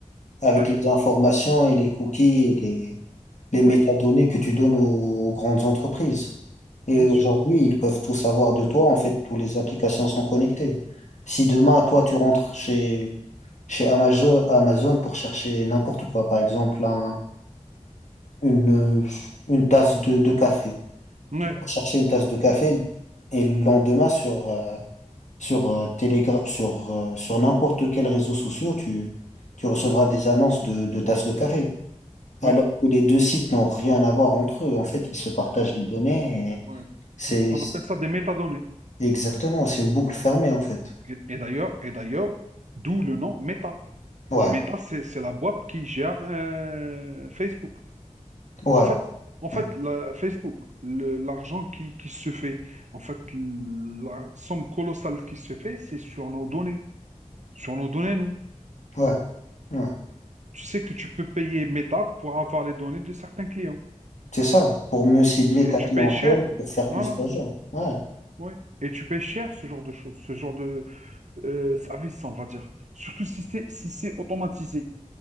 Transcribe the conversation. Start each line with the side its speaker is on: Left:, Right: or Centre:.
Left: avec
Right: Ouais.
Left: les informations et les cookies et les, les métadonnées
Right: Oui,
Left: que tu donnes aux, aux grandes entreprises. Et
Right: bien
Left: aujourd'hui,
Right: sûr.
Left: ils peuvent tout savoir de toi. En fait, toutes les applications sont connectées. Si demain, toi, tu rentres chez, chez Amazon, Amazon pour chercher n'importe quoi, par exemple, un- une, une tasse de, de café.
Right: Ouais.
Left: Tu peux chercher une tasse de café et le lendemain, sur, euh, sur, euh, Telegra- sur, euh, sur n'importe quel réseau social, tu, tu recevras
Right: Mhm.
Left: des annonces de, de tasses de café alors
Right: Ouais.
Left: que les deux sites n'ont rien à voir entre eux. En fait, ils se partagent
Right: Ouais.
Left: les données. et
Right: Ouais.
Left: C'est
Right: On
Left: c'est-
Right: appelle ça des métadonnées.
Left: exactement, c'est une boucle fermée en fait.
Right: Et, et d'ailleurs, et d'ailleurs, d'où le nom Meta.
Left: Ouais,
Right: Meta, c'est c'est la boîte qui gère euh, Facebook.
Left: ouais,
Right: En fait, en fait,
Left: ouais,
Right: la- Facebook, le- l'argent qui, qui se fait, en fait, la somme colossale qui se fait, c'est sur nos données. Sur nos données, nous.
Left: ouais. ouais.
Right: Tu sais que tu peux payer Meta pour avoir les données de certains clients.
Left: C'est ça, pour mieux cibler
Right: Et
Left: ta
Right: tu
Left: clientèle,
Right: payes cher.
Left: pour faire plus
Right: Voilà.
Left: d'argent. Ouais,
Right: Oui. Et tu payes cher ce genre de choses, ce genre de, euh, service, on va dire. Surtout si c'est si c'est automatisé.